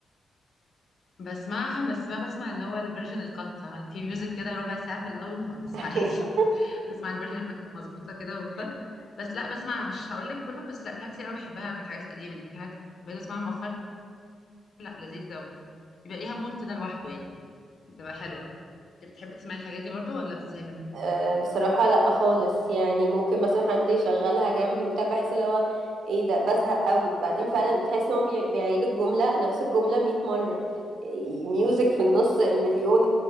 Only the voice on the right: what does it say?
<laughs>
أه بصراحة لا خالص يعني ممكن مثلا حد يشغلها جنبي وبتاع بحس اللي هو ايه ده بزهق قوي بعدين فعلا تحس ان هو بي- بيعيد الجملة نفس الجملة 100 مرة إيه، ميوزك في النص مليون